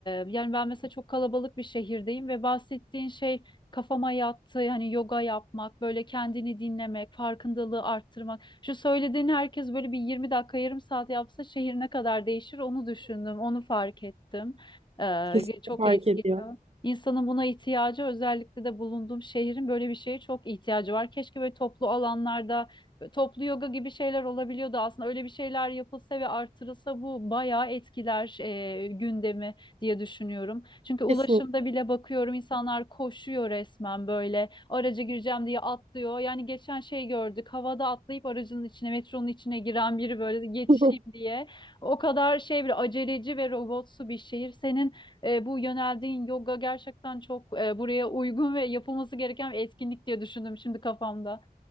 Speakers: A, on the left; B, on the right.
A: yani ben mesela çok kalabalık bir şehirdeyim ve bahsettiğin şey kafama yattı. Yani yoga yapmak, böyle kendini dinlemek, farkındalığı arttırmak. Şu söylediğin herkes böyle bir 20 dakika, yarım saat yapsa şehir ne kadar değişir onu düşündüm, onu fark ettim. E,
B: kesinlikle
A: çok
B: fark
A: etkili.
B: ediyor.
A: İnsanın buna ihtiyacı özellikle de bulunduğum şehrin böyle bir şeye çok ihtiyacı var. Keşke böyle toplu alanlarda böyle toplu yoga gibi şeyler olabiliyordu aslında. Öyle bir şeyler yapılsa ve artırılsa bu bayağı etkiler e, gündemi diye düşünüyorum. Çünkü ulaşımda
B: Kesinlikle.
A: bile bakıyorum insanlar koşuyor resmen böyle araca gireceğim diye atlıyor. Yani geçen şey gördük havada atlayıp aracın içine metronun içine giren biri böyle yetişeyim
B: <laughs>
A: diye. O kadar şey bir aceleci ve robotsu bir şehir. Senin e, bu yöneldiğin yoga gerçekten çok e, buraya uygun ve yapılması gereken bir etkinlik diye düşündüm şimdi kafamda.